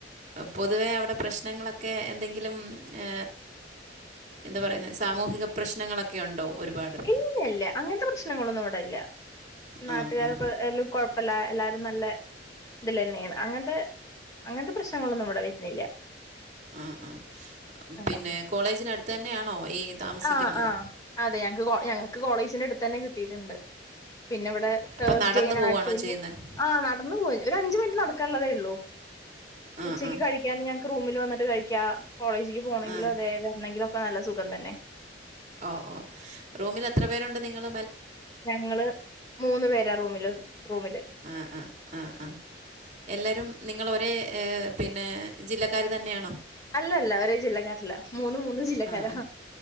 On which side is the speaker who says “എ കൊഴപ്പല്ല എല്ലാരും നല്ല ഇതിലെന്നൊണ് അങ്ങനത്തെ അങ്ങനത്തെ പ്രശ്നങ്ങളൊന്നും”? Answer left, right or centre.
Left